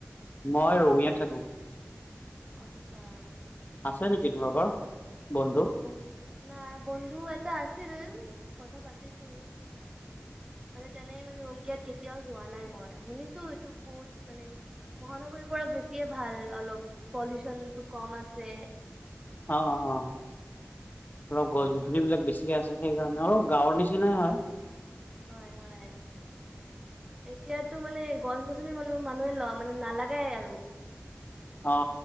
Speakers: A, on the left; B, on the right.
A: মই ৰঙিয়াত থাকো।
B: আত্ছা
A: আছে নেকি তোমালোকৰ? বন্ধু
B: অ নাই বন্ধু এটা আছিল, কথা পাতিছো। মানে তেনে মানে ৰংগীয়াত কেতিয়াও যোৱা নাই মই, শুনিছো এইটো বহুত মানে মহানগৰীৰ পৰা বেছিয়ে ভাল অলপ পলিউচনটো কম আছে।
A: অ অ অ <unintelligible> গছ-গছনিবিলাক বেছিয়ে আছে সেইকাৰণে, অলপ গাঁৱৰ নিচিনাই হয়।
B: হয় হয় এতিয়াতো মানে গছ গছনি মানুহ মানুহে ল মানে নালাগাই আৰু।
A: অ